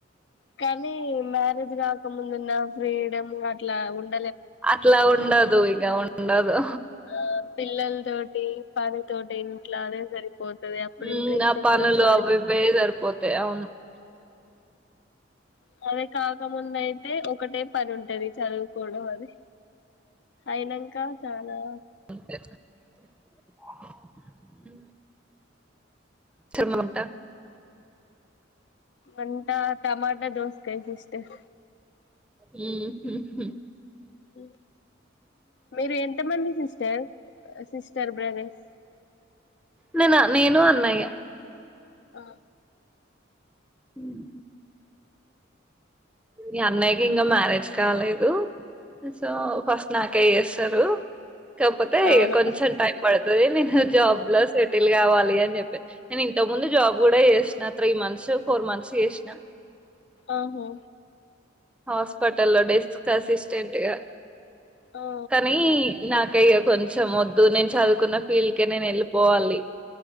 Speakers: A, on the left; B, in the centre.
A: కానీ మ్యారేజ్ కాకముందున్న ఫ్రీడమ్ అట్లా ఉంట
B: అట్లా ఉండదు ఇక ఉండదు
A: ఆ పిల్లల తోటి పని తోటి ఇంట్లో అదే సరి పోతుది అప్పుడు
B: ఉమ్
A: ఇంట్రెస్ట్
B: ఆ
A: ఎక్కడ
B: పనులు
A: వస్తది
B: అవి ఇవే సరిపోతాయి అవును
A: అ అదే కాకముంద అయితే ఒకటే పని ఉంటుంది చదువుకోవడం అది అయినాక చానా
B: అంత చర్మ ఉంటా
A: అంతా టమాటా దోసకై సిస్టర్
B: మ్మ్ హ్మ్ హ్మ్
A: అ మీరు ఎంతమంది సిస్టర్ సిస్టర్స్ బ్రదర్స్
B: నేనా నేను అన్నాయ
A: ఆ
B: హ్మ్ మీ అన్నయ్యకి ఇంకా మ్యారేజ్ కాలేదు సో ఫస్ట్ నాకే చేస్తారు కాకపోతే
A: అవును
B: కొంచెం టైం పడుతది నేను జాబ్ లో సెటిల్ కావాలి అని చెప్ప నేను ఇంత ముందు జాబ్ కూడా చేసిన త్రీ మంత్స్ ఫోర్ మంత్స్ చేసినా
A: ఓహో
B: హాస్పిటల్లో లో డెస్క్ అసిస్టెంట్ గా
A: ఆ
B: కానీ నాకయ కొంచెం వొద్దు నేను చదువుకున్న ఫీల్డ్కే నేను వెళ్ళ పోవాలి